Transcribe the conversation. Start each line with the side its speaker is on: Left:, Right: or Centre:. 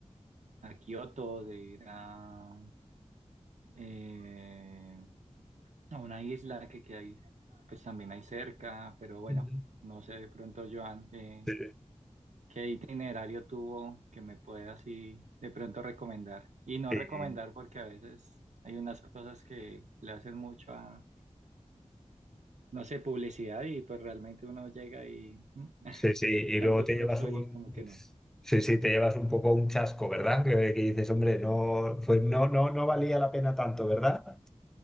Right: a Kioto, de ir a, eh, a una isla que, que hay, pues también hay cerca, pero bueno,
Centre: ujú.
Right: no sé de pronto, Joan, qué,
Centre: Sí,
Right: qué itinerario tuvo que me pueda así de pronto recomendar. Y no
Centre: y-
Right: recomendar porque a veces hay unas cosas que le hacen mucho a no sé, publicidad y pues realmente uno llega y mm,
Centre: sí, sí, y
Right: tanto
Centre: luego
Right: esfuerzo
Centre: te llevas un...
Right: y como que no.
Centre: Sí, sí, te llevas un poco un chasco, ¿verdad? Que, que dices, hombre, no, pues no, no, no valía la pena tanto, ¿verdad?